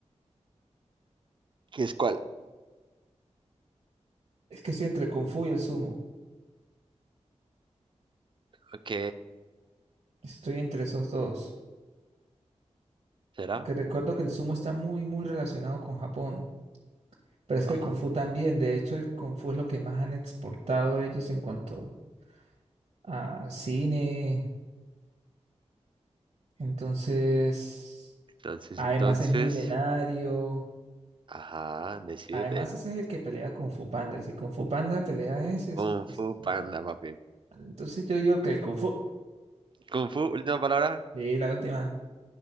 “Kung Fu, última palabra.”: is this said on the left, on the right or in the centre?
Right